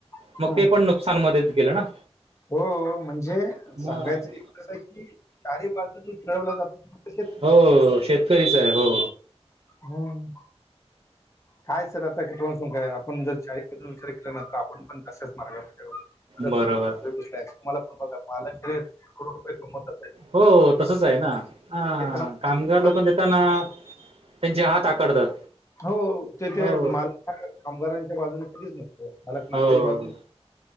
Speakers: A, on the left; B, on the right.
A: आले.
B: मग ते पण नुकसानमध्येच गेलं. ना
A: हो म्हणजे सांगायचं
B: मग
A: <inaudible> कसं आहे की चारी बाजूने खेळवला जातात. <unintelligible>
B: हो शेत करी काय हो.
A: हम्म काय सर आता क <unintelligible> काय आपण जर चारी <unintelligible> विचार केलानंतर आपण पण तसंच मार्गावर. <unintelligible>
B: बरोबर.
A: टॅक्स तुम्हाला पण बघा पालक जे करोड रुपये कमवतात
B: हो तसच आहे ना अ
A: देताना
B: कामगार
A: थोडं
B: लोकं देताना त्यांचे हात आकडतात.
A: हो ते ते
B: हो
A: माल <inaudible> कामगारांच्या बाजूने कधीच न मालक मालकाची
B: हो
A: बाजु